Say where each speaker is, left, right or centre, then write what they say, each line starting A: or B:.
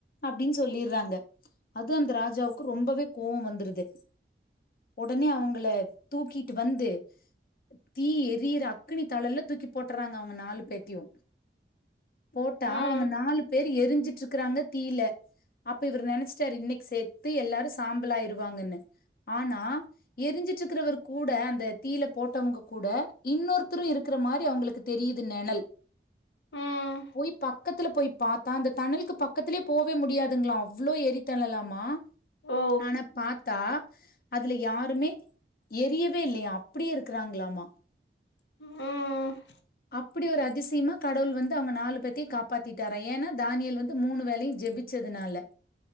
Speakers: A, on the left (about 55°); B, on the left (about 80°).
A: அப்டின்னு சொல்லிறாங்க அது அந்த ராஜாவுக்கு ரொம்பவே கோவ வந்துருது ஒடனே அவங்கள தூக்கிட்டு வந்து தீ எரியிற அக்னி தளல்ல தூக்கிப் போட்டுறாங்க அவங்க நாலு பேத்தையு போட்டா
B: ம்
A: அவங்க நாலு பேர் எரிஞ்சுட்டு இருக்கறாங்க தீல அப்ப இவரு நெனச்சிட்டாரு இன்னைக்கு செத்து எல்லாரு சாம்பலாயிருவாங்கன்னு ஆனா எரிஞ்சிட்டு இருக்கிறவர் கூட அந்த தீல போட்டவங்க கூட இன்னொருத்தரு இருக்கற மாரி அவங்களுக்கு தெரியிது நெணல்
B: ம்
A: போய் பக்கத்துல போய் பாத்தா அந்த தணலுக்கு பக்கத்திலயே போவே முடியாதுங்களா அவ்ளோ எரித்தனலாமா
B: ஓ
A: ஆனா பாத்தா அதுல யாருமே எரியவே இல்லையா அப்டியெ இருக்குறாங்களாமா
B: ம்
A: அப்படி ஒரு அதிசயமா கடவுள் வந்து அவங்க நாலு பேத்தையு காப்பாத்திட்டாரா ஏன்னா தானியல் வந்து மூணு வேலையு ஜெபிச் ச்சதுனால